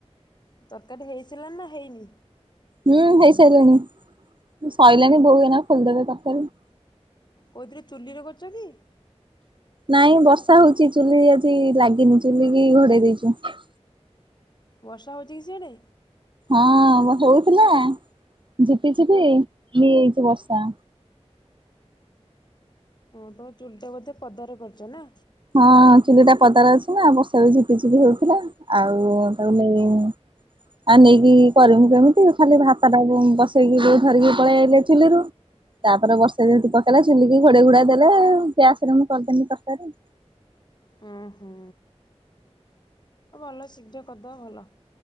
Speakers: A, on the left (about 40°); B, on the right (about 45°).
A: ତରକାରୀ ହେଇସରିଲା ନା ହେଇନି।
B: ହୁଁ ହେଇସାରିଲିଣି ସଇଲାଣି ବୋଉ ଏନା ଖୋଲିଦେବେ ତରକାରି।
A: କେଉଁଥିରେ ଚୁଲିରେ କରୁଛ କି।
B: ନାଇଁ ବର୍ଷା ହଉଛି ଚୁଲି ଆଜି ଲାଗିନି ଚୁଲି କି ଘୋଡେଇ ଦେଇଛନ୍ତି।
A: ବର୍ଷା ହେଉଛି କି ସିଆଡ଼େ।
B: ହଁ ହଉଥିଲା ଝିପି ଝିପି
A: ହଁ
B: କି ବର୍ଷା।
A: ହଁ ତମ ଚୁଲିଟା ବୋଧେ ପଦାର କରିଛ ନା।
B: ହଁ ଚୁଲି ଟା ପଦାର ଅଛି ନା ବର୍ଷା ଝିପି ଝିପି ହଉଥିଲା। ଆଉ ତାକୁ ନେଇ। ଆ ନେଇକି କରିମୁ କେମିତି ଖାଲି ଭାତ ଟା ବସେଇକି ଧରିକି ପଳେଇ ଆଲେ ଚୁଲିରୁ। ତାପରେ ବର୍ଷା ଯେମିତି ପକେଇଲା ଚୁଲିକି ଘୋଡେଇ ଘୋଡ ଦେଲେ ଗ୍ୟାସ ରେ ମୁଁ କରିଦେଲି ତରକାରୀ।
A: ହୁଁ ହୁଁ। ଭଲ ଶୀଘ୍ର କରିଦବ ଭଲ।